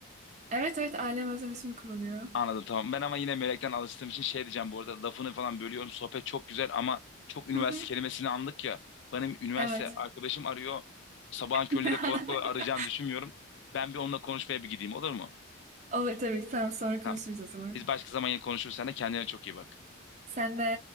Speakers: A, on the right (about 35°); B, on the left (about 60°).
A: Evet evet ailem özlemesini kullanıyor.
B: anladım tamam. Ben ama yine Melek'ten alıştığım için şey diyeceğim bu arada lafını falan bölüyorum. Sohbet çok güzel ama çok üniversite
A: Hı hı.
B: kelimesini andık ya. Benim üniversite
A: Evet.
B: arkadaşım arıyor. Sabahın köründe
A: <laughs>
B: de kolay kolay arayacağını düşünmüyorum. Ben bir onunla konuşmaya bir gideyim olur mu?
A: Olur tabii ki. Tamam sonra konuşuruz
B: Tamam.
A: o zaman.
B: Biz başka zaman yine konuşuruz. Sen de kendine çok iyi bak.
A: Sen de